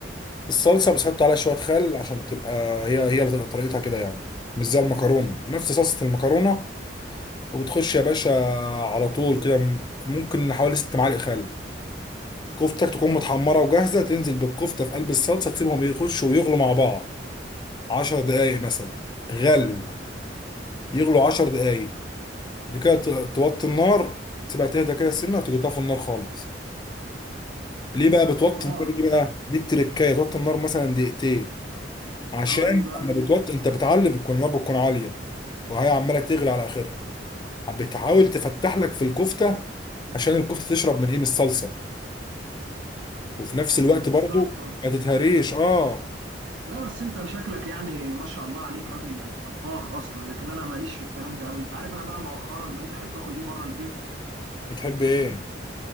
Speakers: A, on the left; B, on the right.
A: الصلصه بس حط عليها شويه خل عشان تبقى هي هي اللي تبقى طريقتها كده يعني مش زي المكرونه نفس صلصه المكرونه وبتخش يا باشا على طول كده م- ممكن حوالي ست معالق خل كفتك تكون متحمرة وجاهزة تنزل بالكفتة في قلب الصلصة تسيبهم يخشوا ويغلوا مع بعض عشر دقايق مثلا غلو يغلوا عشر دقايق دي كده ت- توطي النار تسيبها تهدى كده سنة وتيجي طافي النار خالص ليه بقى بتوطي
B: اه
A: النار ليه بقى دي التركاية توطي النار مثلا دقيقتين عشان
B: اه ليه بقى
A: لما بتوطي انت بتعلي بتكون النار بتكون عالية وهي عمالة تغلي على آخرها بتحاول تفتح لك في الكفتة عشان الكفتة تشرب من ايه من الصلصة وفي نفس الوقت
B: بالظبط
A: برضو ما تتهريش اه
B: لا بس انت شكلك يعني ما شاء الله عليك راجل طباخ اصلا لكن انا ماليش في الكلام ده قوي انت عارف انا بقى مؤخرا بقيت احب اكل ايه بره البيت
A: بتحب ايه